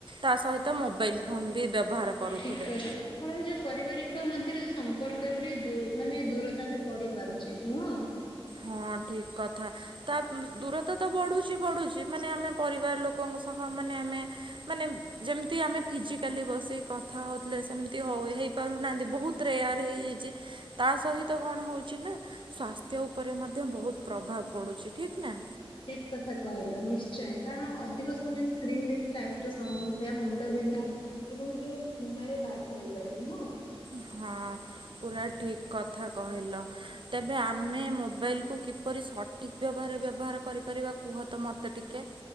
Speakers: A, on the right; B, on the left.
A: ତା ସହିତ ମୋବାଇଲ୍ ଫୋନ୍ ବି ବ୍ୟବହାର କରୁଥିବେ।
B: ଠିକ୍ ଅଛି ଏହା ଫଳରେ ଯୋଉ ପରିବାରିକ ମଧ୍ୟରେ ଯୋଉ ସମ୍ପର୍କରେ ବି ଦୂ ମାନେ ଦୂରତା ବି ବଢି ପାରୁଚି, ନୁହଁ।
A: ହଁ, ଠିକ୍ କଥା। ତା ଦୂର୍, ଦୂରତା ତ ବଢୁଛି, ବଢୁଛି, ମାନେ ଆମେ ପରିବାର ଲୋକଙ୍କ ସହ ମାନେ ଆମେ, ମାନେ ଯେମିତି ଆମେ ଫିଜିକାଲି ବସି କଥା ହୋଉଥିଲେ ସେମିତି ହୋଉ, ହେଇପାରୁନାହାନ୍ତି ବୋହୁତ୍ ରେୟାର୍ ହେଇଯାଇଚି। ତା ସହିତ କଣ ହଉଛି ନା, ସ୍ୱାସ୍ଥ୍ୟ ଉପରେ ମଧ୍ୟ ବୋହୁତ୍ ପ୍ରଭାବ୍ ପଡୁଛି, ଠିକ ନା।
B: ଠିକ କଥା କହିଲ ନିଶ୍ଚୟ, କାରଣ ଅଧିକ ସମୟ ସ୍କ୍ରିନ୍ ଦେଖିଲେ ଆଖିର ସମସ୍ୟା ମୁନ୍ ମୁଣ୍ତ ବିନ୍ଧା ଏବଂ ଯୋଉ ଘୁମାରେ ବାଧ ହେଇପାରେ ନୁହଁ।
A: ହଁ, ପୁରା ଠିକ୍ କଥା। କହିଲ। ତେବେ ଆମେ ମୋବାଇଲ୍ କୁ କିପରି ସଠିକ୍ ଭାବରେ ବ୍ୟବହାର କରିପାରିବା କୁହ ତ ମତେ ଟିକେ।